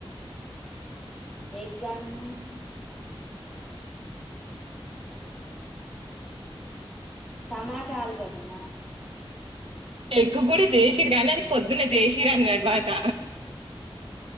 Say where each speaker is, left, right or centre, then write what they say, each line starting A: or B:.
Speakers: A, in the centre; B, on the right.
A: ఎగ్గన్నావ్ టమాటా ఆలుగడ్డాన
B: ఎగ్ గ్ కూడ చేసిరు గానీ అది పొద్దు జేసిరన్ గడ్బట